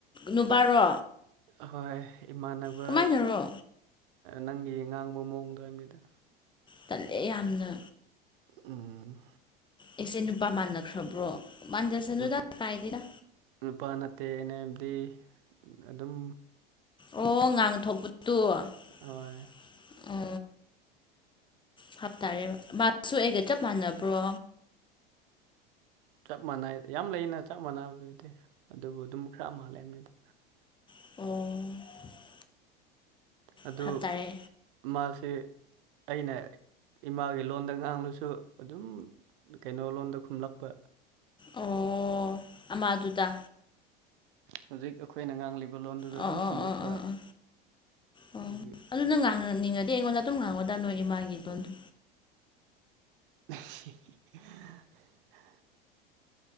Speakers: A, on the left; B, on the right.
A: ꯅꯨꯕꯥꯔꯣ
B: ꯑꯍꯣꯏ ꯏꯃꯥꯟꯅꯕ
A: ꯀꯃꯥꯏꯅꯔꯣ
B: ꯅꯪꯒꯤ ꯉꯥꯡꯕ ꯃꯑꯣꯡꯗꯣ ꯍꯥꯏꯝꯅꯤꯗ
A: ꯇꯜꯂꯦ ꯌꯥꯝꯅ
B: ꯎꯝ
A: ꯑꯦꯁꯦ ꯅꯨꯄꯥ ꯃꯥꯟꯅꯈ꯭ꯔꯕ꯭ꯔꯣ ꯃꯥꯟꯖꯁꯅꯨꯗ
B: ꯅꯨꯄꯥ
A: ꯀꯥꯏꯗꯦꯗꯥ
B: ꯅꯨꯄꯥ ꯅꯠꯇꯦ ꯑꯩꯅꯥ ꯍꯥꯏꯕꯗꯤ ꯑꯗꯨꯝ
A: ꯑꯣ ꯉꯥꯡꯊꯣꯛꯄꯗꯨ ꯑꯣ
B: ꯍꯣꯏ
A: ꯚꯥꯞ ꯇꯥꯔꯦꯕ ꯃꯥꯁꯨ ꯑꯩꯒ ꯆꯞ ꯃꯥꯟꯅꯕ꯭ꯔꯣ
B: ꯆꯞ ꯃꯥꯟꯅꯩ ꯌꯥꯝ ꯂꯩꯅ ꯆꯞ ꯃꯥꯟꯅꯕꯗꯨꯗꯤ ꯑꯗꯨꯕꯨ ꯑꯗꯨꯝ ꯈꯔ ꯃꯥꯜꯂꯦ ꯍꯥꯏꯕꯅꯤꯗ
A: ꯑꯣ
B: ꯑꯗꯨ
A: ꯚꯥꯞ ꯇꯥꯔꯦ
B: ꯃꯥꯁꯦ ꯑꯩꯅ ꯏꯃꯥꯒꯤ ꯂꯣꯟꯗ ꯉꯥꯡꯂꯁꯨ ꯑꯗꯨꯝ ꯀꯩꯅꯣ ꯂꯣꯟꯗ ꯈꯨꯝꯂꯛꯄ
A: ꯑꯣ ꯑꯃꯗꯨꯗ
B: ꯍꯧꯖꯤꯛ ꯑꯈꯣꯏꯅ ꯉꯥꯡꯂꯤꯕ ꯂꯣꯟꯗꯨꯗ
A: ꯑꯣ
B: ꯑꯗꯨꯝ
A: ꯑꯣ
B: ꯈꯨꯝꯂꯛꯄ
A: ꯑꯣ ꯑꯣ ꯑꯣ ꯑꯣ
B: ꯑꯗꯨꯒꯤ
A: ꯑꯗꯨ ꯅꯪ ꯉꯥꯡꯅꯅꯤꯡꯉꯗꯤ ꯑꯩꯉꯣꯟꯗ ꯑꯗꯨꯝ ꯉꯥꯡꯉꯣꯗꯥꯥ ꯅꯣꯏ ꯏꯃꯥꯒꯤ ꯂꯣꯟꯗꯣ
B: <inaudible>